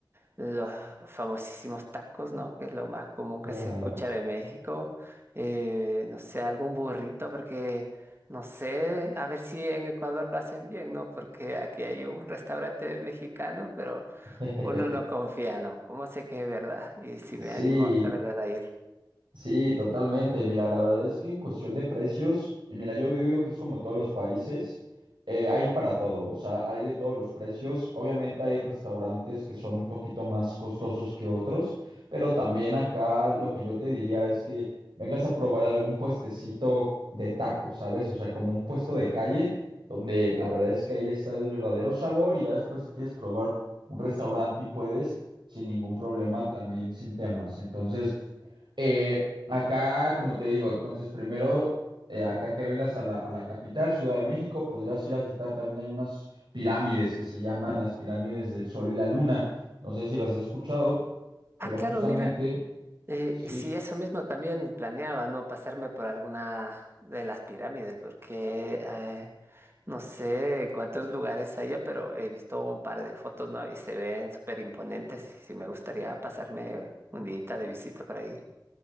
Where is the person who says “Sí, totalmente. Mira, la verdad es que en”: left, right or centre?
Right